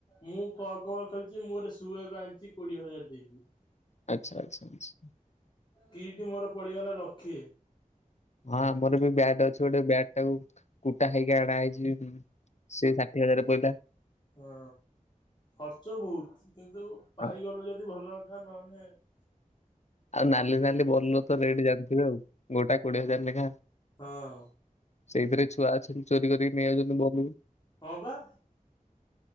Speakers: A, on the left; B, on the left.
A: ମୁଁ କଣ କଣ ଖେଲିଛି ମୁଁ ଗୋଟେ ଶୁଏ ବାଧଛି କୋଡିଏ ହଜାର ଦେଇକି।
B: ଆଚ୍ଛା ଆଚ୍ଛା ଆଚ୍ଛା
A: କିଟି ମୋର ପଡିଗଲା ଲକ୍ଷେ।
B: ହଁ ଆମର ବି ବ୍ୟାଟ୍ ଅଛି ଗୋଟେ ବ୍ୟାଟ୍ ଟାକୁ କୁଟା ଖାଇକି ଆଣା ହେଇଛି ସେଇ ଷାଠିଏ ହଜାର ପଇଲା।
A: ହଁ ଖର୍ଚ୍ଚ ବହୁତ କିନ୍ତୁ ପାଇଗଲୁ
B: ହଁ
A: ଯଦି ଭଲ ତା ନହେଲେ
B: ଆଉ ନାଲି ନାଲି ଭଲ ତ ରେଟ୍ ଜାଣିଥିବେ ଆଉ ଗୋଟା କୋଡିଏ ହଜାର ଲେଖା
A: ହଁ।
B: ସେଇଥିରେ ଛୁଆ ଅଛନ୍ତି ଚୋରି କରିକି ନେଇ ଯାଉଛନ୍ତି <unintelligible>
A: ହଁ ପା।